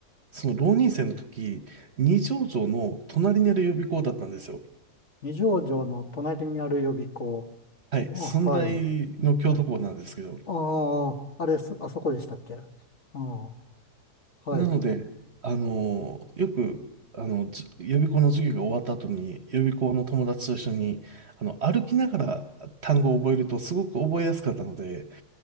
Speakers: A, on the right; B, on the left.
A: その浪人生の時、二条城の隣にある予備校だったんですよ。
B: 二条城の隣にある予備校。
A: はい。
B: あ、
A: 駿台の京都校なんですけど。
B: はい。ああー、あれす、あそこでしたっけああー、はい、
A: なので、あの、よく、あの、じ予備校の授業が終わった後に、予備校の友達と一緒に、あの、歩きながら単語を覚えるとすごく覚えやすかったので、